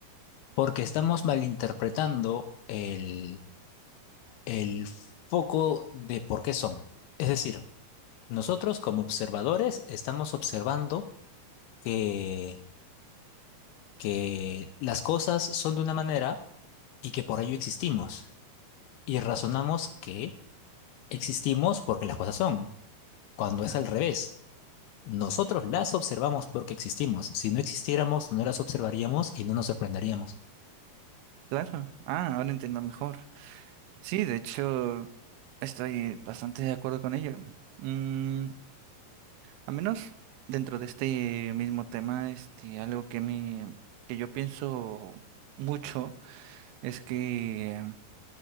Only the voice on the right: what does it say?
Claro. Ah, ahora entiendo mejor. Sí, de hecho, estoy bastante de acuerdo con ello. Mm, a menos dentro de este mismo tema, este, algo que me, que yo pienso mucho es que eh,